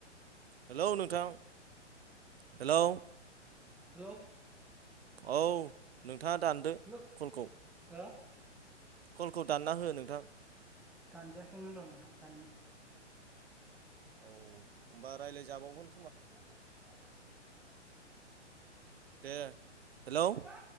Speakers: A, on the right (about 55°); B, in the centre.
A: हेलौ नोंथां हेलौ।
B: हेलौ।
A: औ नोंथाङा दानदो
B: हेलौ
A: कलखौ।
B: हो
A: कलखौ दानना हो नोंथां।
B: दानजायाखैमोन र' नोंथां दाननि।
A: औ होमबा रायलायजाबावगोन।
B: आ जाय सलि <unintelligible>
A: दे। हेलौ
B: बाबा।